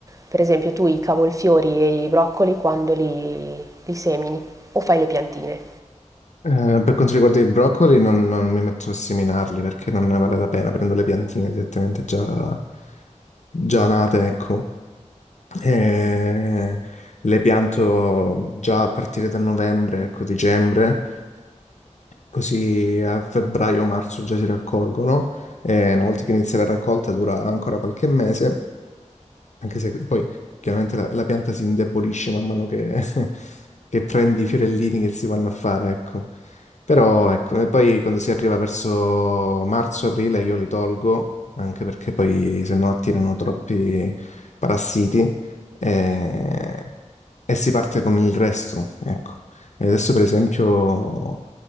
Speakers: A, on the right (about 25°); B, on the left (about 65°).
A: Per esempio tu i cavolfiori e i broccoli quando li li semini o fai le piantine.
B: Eh, per quanto riguarda i broccoli, non, non mi metto a seminarli perché non ne vale la pena. Prendo le piantine direttamente già, già nate, ecco. E le pianto già a partire da novembre, ecco, dicembre, così a febbraio-marzo già si raccolgono. E una volta che inizia la raccolta dura ancora qualche mese. Anche se poi chiaramente la, la pianta si indebolisce man mano che, <laughs> che prendi i fiorellini che si vanno a fare, ecco. Però ecco, e poi quando si arriva verso marzo-aprile io li tolgo, anche perché poi se no attirano troppi parassiti. eh, e si parte con il resto, ecco. E adesso per esempio